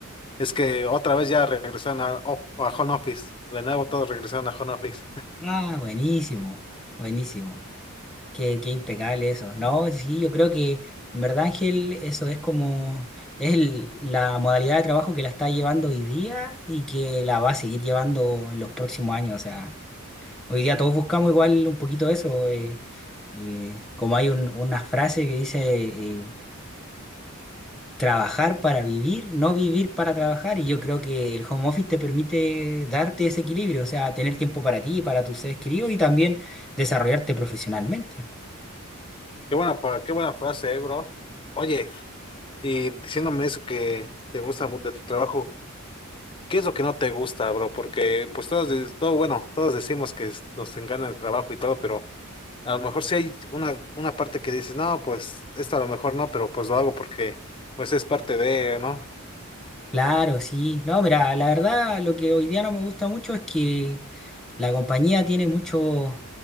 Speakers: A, on the left (about 25°); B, in the centre.
A: es que otra vez ya regresaron a, oh, a home office. De nuevo todos regresaron a home office.
B: Ah, buenísimo, buenísimo. Qué, qué impecable eso. No, sí, yo creo que en verdad, Ángel, eso es como, es el- la modalidad de trabajo que la está llevando hoy día y que la va a seguir llevando en los próximos años. O sea, hoy día todos buscamos igual un poquito eso. eh, eh, como hay un- una frase que dice, eh, trabajar para vivir, no vivir para trabajar. Y yo creo que el home office te permite darte ese equilibrio, o sea, tener tiempo para ti, para tus seres queridos y también desarrollarte profesionalmente.
A: <laughs> Qué buena, pa- qué buena frase, eh, bro. Oye. Y diciéndome eso que te gusta mu- de tu trabajo, ¿qué es lo que no te gusta, bro? Porque pues todos, de- todo, bueno, todos decimos que es- nos encanta el trabajo y todo, pero a lo mejor sí hay una, una parte que dices, no, pues esto a lo mejor no, pero pues lo hago porque pues es parte de, ¿no?
B: Claro, sí. No, mira, la verdad lo que hoy día no me gusta mucho es que la compañía tiene muchos